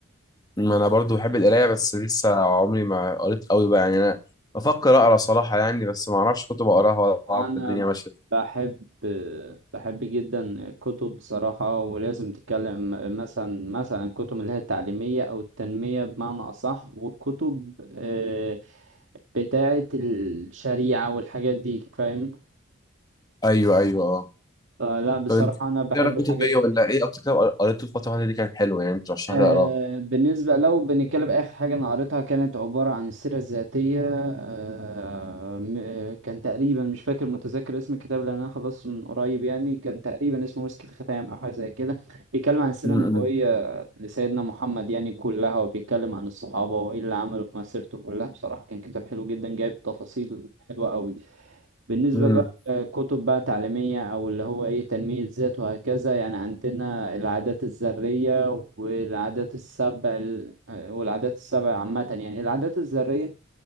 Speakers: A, on the left (about 20°); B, on the right (about 70°).
A: ما أنا برضو بحب
B: بالنسبة
A: القراية بس
B: لي.
A: لسه عمري ما قريت قوي بقى يعني أنا بفكر أقرأ صراحة يعني بس ما أعرفش كتب أقراها ولا أعرف
B: انا
A: الدنيا ماشية
B: بحب بحب جدا الكتب بصراحة ولازم تتكلم مثلا مثلا الكتب اللي هي التعليمية او التنمية بمعنى اصح والكتب آه، بتاعة الشريعة والحاجات دي فاهم
A: ايوه ايوه اه
B: فلا بصراحة
A: طب انت
B: انا بحب
A: بتقرا كتب
B: الحاجات
A: ايه
B: دي
A: ولا
B: جدا
A: ايه اكتر كتاب قريته الفتره اللي دي كان حلو يعني ترشح
B: آه
A: لي اقراه
B: بالنسبة لو بنتكلم آخر حاجة أنا قريتها كانت عبارة عن السيرة الذاتية آه م- آه، كان تقريبا مش فاكر متذكر اسم الكتاب لأن أنا خلصته من قريب يعني كان تقريبا اسمه مسك الختام أو حاجة زي كده بيتكلم عن السيرة
A: امم
B: النبوية لسيدنا محمد يعني كلها وبيتكلم عن الصحابة وإيه اللي عملوا في مسيرته كلها بصراحة كان كتاب حلو جدا جايب تفاصيل حلوة أوي بالنسبة
A: امم
B: بقى آه، كتب بقى تعليمية أو اللي هو إيه تنمية ذات وهكذا يعني عندنا العادات الذرية والعادات السبع ال- آه، والعادات السبع عامة يعني العادات الذرية